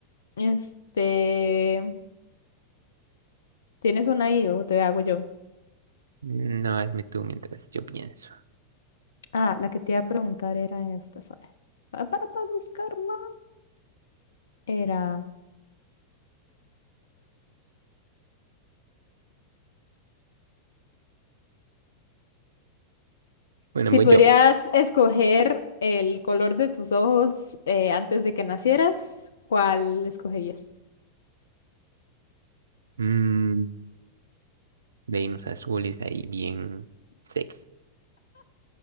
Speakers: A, on the left; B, on the right.
A: este... ¿Tienes una ahí o te hago yo?
B: No, hazme tú mientras yo pienso.
A: Ah, la que te iba a preguntar era esta, ¿sabes? Ah, Para, para buscarla. Era.
B: Bueno,
A: Si
B: voy
A: pudieras
B: yo.
A: escoger el color de tus ojos eh, antes de que nacieras, ¿cuál escogerías?
B: Mm, Venus azules ahí bien sexy.